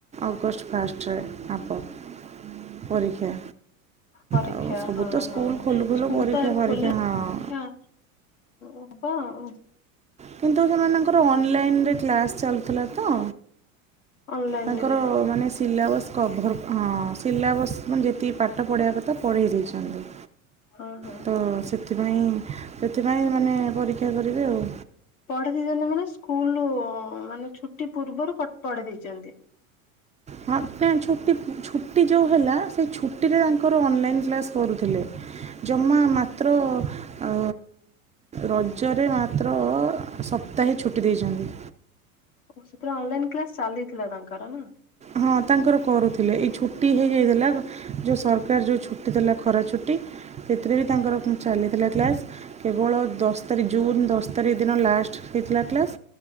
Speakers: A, on the right; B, on the left.
A: ଅଗଷ୍ଟ ଫାଷ୍ଟରେ ଆବ। ପରୀକ୍ଷା।
B: ପରୀକ୍ଷା
A: ଆଉ ସବୁ
B: ହଁ
A: ତ ସ୍କୁଲ
B: ହଁ
A: ଖୋଲୁ ଖୋଲୁ
B: ସ୍କୁଲତ
A: ପରୀକ୍ଷା
B: ଏବେ
A: ଫରୀକ୍ଷା
B: ଖୋଲିଲା
A: ହଁ
B: ଉଁ ହଁ।
A: କିନ୍ତୁ ସେମାନଙ୍କର ଅନଲାଇନରେ କ୍ଲାସ୍ ଚାଲୁଥିଲାତ
B: ଅନଲାଇନରେ
A: ତାଙ୍କର ମାନେ ସିଲାବସ୍ କଭର୍ ହଁ ସିଲାବସ୍ ମାନେ ଯେତିକି ପାଠ ପଢ଼େଇବା କଥା ପଢ଼େଇ ଦେଇଚନ୍ତି।
B: ହଁ ହଁ।
A: ତ ସେଥିପାଇଁ ସେଥିପାଇଁ ମାନେ ପରୀକ୍ଷା କରିବେ ଆଉ।
B: ପଢେଇ ଦେଇଚନ୍ତି ମାନେ ସ୍କୁଲ ମାନେ ଛୁଟି ପୂର୍ବରୁ ପଢେଇ ଦେଇଛନ୍ତି।
A: ହଁ ଛୁଟି ଛୁଟି ଯେଉଁ ହେଲା ସେଇ ଛୁଟିରେ ତାଙ୍କର ଅନଲାଇନ୍ କ୍ଲାସ୍ କରୁଥିଲେ। ଜମା ମାତ୍ର ଆ ରଜରେ ମାତ୍ର ସପ୍ତାହେ ଛୁଟି ଦେଇଛନ୍ତି।
B: ଓ ସେତେଳେ ଅନଲାଇନ୍ କ୍ଲାସ୍ ଚାଲିଥିଲା ତାଙ୍କର ନା।
A: ହଁ ତାଙ୍କର କରୁଥିଲେ ଏଇ ଛୁଟି ହେଇଯାଇଥିଲା। ଯୋଉ ସରକାର ଯୋଉ ଛୁଟି ଦେଲା ଖରା ଛୁଟି ସେଥିରେବି ତାଙ୍କର ଚାଲିଥିଲା କ୍ଲାସ୍ କେବଳ ଦଶ ତାରିଖ ଜୁନ୍ ଦଶ ତାରିଖ ଦିନ ଲାଷ୍ଟ ହେଇଥିଲା କ୍ଲାସ୍